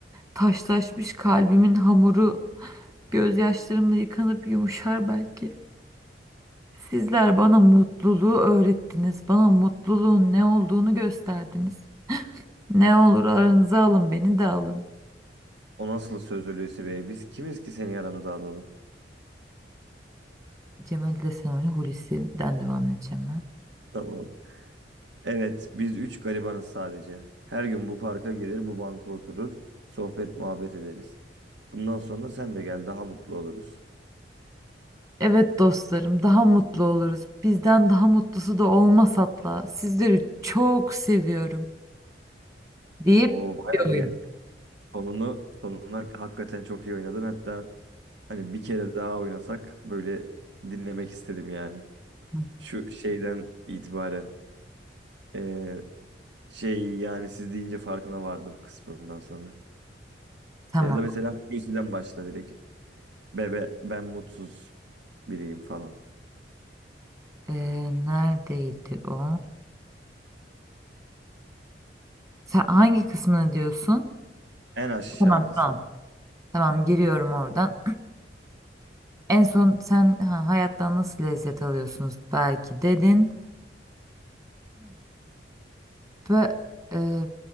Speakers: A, on the right (about 20°); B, on the right (about 80°).
A: Taşlaşmış kalbimin hamuru gözyaşlarımla yıkanıp yumuşar belki. Sizler bana mutluluğu öğrettiniz. Bana mutluluğun ne olduğunu gösterdiniz. Ne olur aranıza alın beni de alın.
B: O nasıl söz Hulusi Bey? Biz kimiz ki seni yaramıza alalım?
A: Cemal Desenoli Hulusi'den devam edeceğim ben.
B: Tamam. Evet, biz üç garibanız sadece. Her gün bu parka gelir, bu banka oturur, sohbet muhabbet ederiz. Bundan sonra sen de gel, daha mutlu oluruz.
A: Evet dostlarım daha mutlu oluruz. Bizden daha mutlusu da olmaz hatta. Sizleri çok seviyorum deyip
B: Oo, bayağı
A: bir oyun.
B: iyi. Sonunu, sonuna hakikaten çok iyi oynadın. Hatta hani bir kere daha oynasak böyle dinlemek istedim yani.
A: Hı.
B: Şu şeyden itibaren eee, şey yani siz deyince farkına vardım kısmından sonra.
A: Tamam.
B: Ya da mesela Hulusi'den başla direkt. Bebe ben mutsuz biriyim falan.
A: Ee, neredeydi o? Sen hangi kısmını diyorsun?
B: En aşağı
A: Tamam
B: kısmı.
A: tamam. Tamam giriyorum oradan. <clears throat> En son sen ha, hayattan nasıl lezzet alıyorsunuz belki dedin. Ve e,